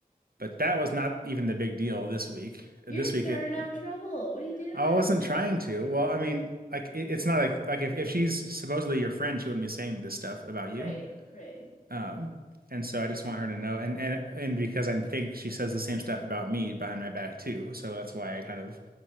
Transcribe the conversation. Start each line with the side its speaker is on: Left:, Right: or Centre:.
Right: But that was not even the big deal this week.
Left: You're
Right: This
Left: stirring
Right: week it,
Left: up trouble. What are you doing?
Right: I wasn't trying to. Well,
Left: <laughs>
Right: I mean, like it, it's not like like if, if she's supposedly your friend, she wouldn't be saying this stuff about
Left: Right,
Right: you.
Left: right.
Right: Um, and so I just want her to know, and and and because I think she says the same stuff about me behind my back too, so that's why I kind of